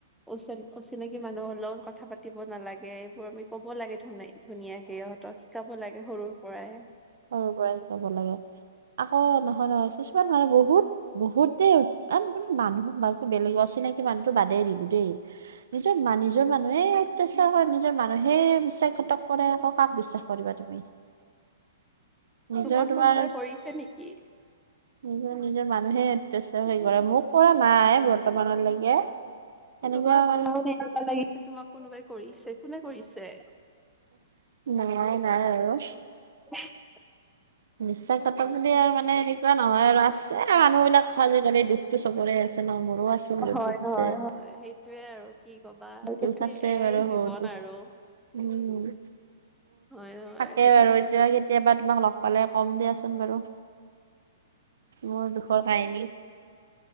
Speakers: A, in the centre; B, on the right.
A: উচ অচিনাকি মানুহৰ লগত কথা পা দিব নালাগে এইবোৰ আমি কব লাগে ধুন ধুনীয়াকে ইহঁতক শিকাব লাগে সৰুৰ পৰাই।
B: সৰুৰ পৰাই শিকাব লাগে আকৌ নহয় নহয় কিছুমান মানুহ বহুত বহুত দেই ইমান মানুহো বেলেগ অচিনাকি মানুহতো বাদে দিলো দেই। নিজৰ মানু নিজৰ মানুহে অত্যাচাৰ কৰে নিজৰ মানুহে বিশ্বাসঘাতক কৰে আও কাক বিশ্বাস কৰিবা তুমি নিজৰ
A: তোমাক
B: তোমাৰ
A: কোনোবাই কৰিছে নেকি?
B: নিজৰ নিজৰ মানুহে অত্যাচাৰ হৈ কৰে মোক কৰা নাই বৰ্তমানলৈকে। সেনেকুৱা
A: তোমাৰ কথা
B: মানে
A: শুনি এনেকুৱা লাগিছে তোমাক কোনোবাই কৰিছে কোনে কৰিছে?
B: নাই -নাই আৰু।
A: <unintelligible>
B: বিশ্বাস ঘাটক বুলি আৰু মানে এনেকুৱা নহয় আৰু আছে মানুহ বিলাক আজিকালি দুখটো চবৰে আছে। ন মোৰো আছে বহুত
A: হয়
B: দুখ আছে
A: -হয় -হয় হেইটোয়ে আৰু কি কবা হেইটোৱে।
B: দুখ আছে
A: এয়াই
B: বাৰু
A: জীৱন
B: বহুত দুখ
A: আৰু।
B: উম, <unintelligible>
A: হয় হয়
B: থাকে
A: তাকে।
B: বাৰু এতিয়া কেতিয়াবা তোমাক লগ পালে কম দিয়াচোন বাৰু। মোৰ দুখৰ কাহিনী।